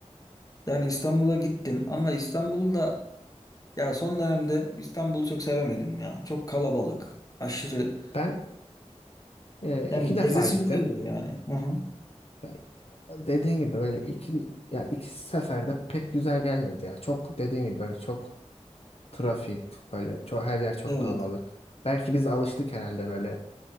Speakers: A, on the left; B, on the left.
A: Yani İstanbul'a gittim ama İstanbul'u da ya son dönemde İstanbul'u çok sevemedim ya. Çok kalabalık, aşırı
B: Ben E,
A: yani
B: iki defa
A: gezesim
B: gittim.
A: gelmiyor yani. Hı hı.
B: Yani dediğin gibi böyle iki ya iki seferde pek güzel gelmedi ya. Çok dediğin gibi böyle çok trafik böyle çok her yer çok
A: Evet.
B: kalabalık. Belki biz alıştık herhalde böyle